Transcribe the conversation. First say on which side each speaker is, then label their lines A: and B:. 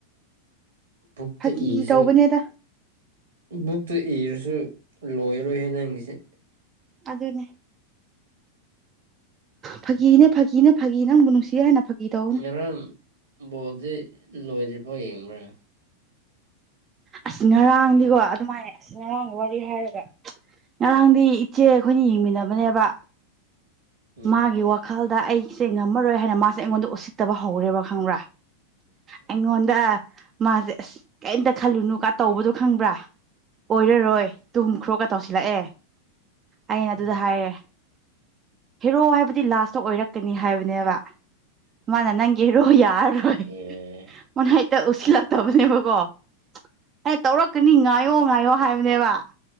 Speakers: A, on the right (about 65°); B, on the right (about 25°).
A: ꯕꯨꯛꯇ
B: ꯐꯥꯒꯤ
A: ꯏꯁꯨ
B: ꯇꯧꯕꯅꯦꯗ
A: ꯕꯨꯛꯇꯨ ꯏꯔꯁꯨ ꯂꯣꯏꯔꯣꯏꯍꯦ ꯅꯪꯒꯤꯁꯤꯦ
B: ꯑꯗꯨ ꯑꯗꯨꯅꯦ ꯐꯥꯒꯤꯅꯦ ꯐꯥꯒꯤꯅꯦ ꯐꯥꯒꯤꯅ ꯑꯃꯨꯛ ꯅꯨꯡꯁꯤ ꯍꯥꯏꯅ ꯐꯥꯒꯤ ꯇꯧꯅꯦ
A: ꯎꯨꯡ ꯕꯣꯜꯗꯤ ꯂꯣꯏꯗ꯭ꯔꯤꯕꯐꯣ ꯌꯦꯡꯕ꯭ꯔꯥ
B: ꯑꯁꯤ ꯉꯔꯥꯡꯗꯤꯀꯣ ꯑꯗꯨꯃꯥꯏꯅ ꯑꯁꯤ ꯉꯔꯥꯡꯒꯤ ꯋꯥꯔꯤ ꯍꯥꯏꯔꯒ ꯉꯔꯥꯡꯗꯤ ꯏꯆꯦ ꯑꯩꯈꯣꯏꯅ ꯌꯦꯡꯃꯤꯟꯅꯕꯅꯦꯕ
A: ꯎꯝ
B: ꯃꯥꯒꯤ ꯋꯥꯈꯜꯗ ꯑꯩꯁꯦ ꯉꯝꯃꯔꯣꯏ ꯍꯥꯏꯅ ꯃꯥꯁꯦ ꯑꯩꯉꯣꯟꯗ ꯎꯁꯤꯠꯇꯕ ꯍꯧꯔꯦꯕ ꯈꯪꯕ꯭ꯔꯥ ꯑꯩꯉꯣꯟꯗ ꯃꯥꯁꯦ ꯑꯁ ꯀꯔꯤꯝꯇ ꯈꯜꯂꯨꯅꯨ ꯀ ꯇꯧꯕꯗꯣ ꯈꯪꯕ꯭ꯔꯥ ꯑꯣꯏꯔꯔꯣꯏ ꯇꯨꯝ ꯈ꯭ꯔꯣꯛꯒ ꯇꯧꯁꯤꯜꯂꯛꯑꯦ ꯑꯩꯅ ꯑꯗꯨꯗ
A: ꯎꯝ
B: ꯍꯥꯏꯔꯦ ꯍꯦꯔꯣ ꯍꯥꯏꯕꯗꯤ ꯂꯥꯁꯇ ꯑꯣꯏꯔꯛꯀꯅꯤ ꯍꯥꯏꯕꯅꯦꯕ ꯃꯥꯅ ꯅꯪꯒꯤꯔꯣ ꯌꯥꯔꯔꯣꯏ
A: ꯑꯦ
B: ꯃꯅ ꯍꯦꯛꯇ ꯎꯁꯤꯜꯂꯛꯇꯕꯅꯦꯕꯀꯣ ꯑꯩ ꯇꯧꯔꯛꯀꯅꯤ ꯉꯥꯏꯌꯣ ꯉꯥꯏꯌꯣ ꯍꯥꯏꯕꯅꯦꯕ